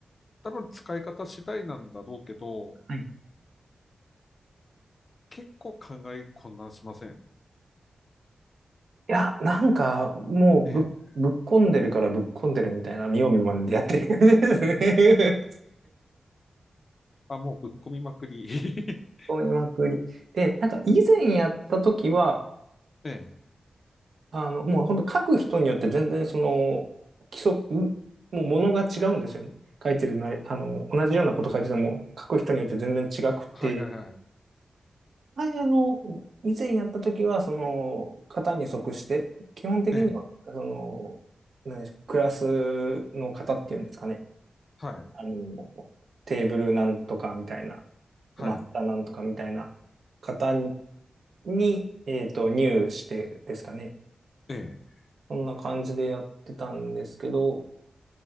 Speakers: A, on the left; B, on the right.
A: 多分使い方次第なんだろうけど、
B: はい。い
A: 結構考え混乱しません。
B: や、なんか、もうぶっ、
A: ええ。
B: ぶっこんでるからぶっこんでるみたいな、見よう見まねでやってる感じですね。
A: あ、もうぶっ込みまくり。<laughs>
B: <laughs> こみまくり。で、なんか以前やった時は、
A: ええ。
B: あの、もう本当書く人によって全然その、規則、もうものが違うんですよね。書いてるない、あの、同じようなこと書いてても、書く人によって全然違くて、
A: はいはいはい。
B: 前の、以前やった時は、その、型に即して、基本的には、
A: ええ。
B: その、何でしょう、クラスの型っていうんですかね。
A: はい。
B: あの、テーブルなんとかみたいな、
A: はい。
B: マスターなんとかみたいな型に、にえっと、入してですかね。
A: ええ。
B: そんな感じでやってたんですけど、